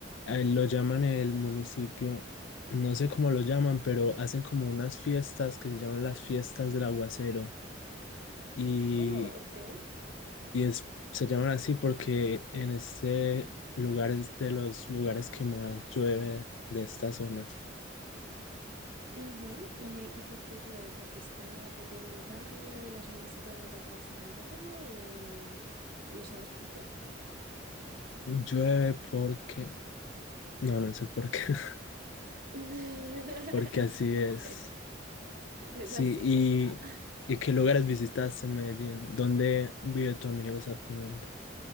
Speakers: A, on the left (about 80°); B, on the right (about 50°).
A: eh, lo llaman el municipio, no sé cómo lo llaman, pero hacen como unas fiestas que se llaman las fiestas del aguacero y,
B: Oh, ok.
A: y es, se llaman así porque en este lugar es de los lugares que más llueve de esta zona.
B: Ujú, ¿Y, y por qué llueve? ¿Porque está, porque hay montaña y las nubes se quedan atrapadas en el valle o lo sabes por qué?
A: Llueve porque... No, no sé por qué. <laughs>
B: <laughs>
A: Porque así
B: Ok,
A: es.
B: es
A: Sí,
B: así,
A: y,
B: ya está.
A: ¿y qué lugares visitaste en Medellín? ¿Dónde vive tu amigo exactamente?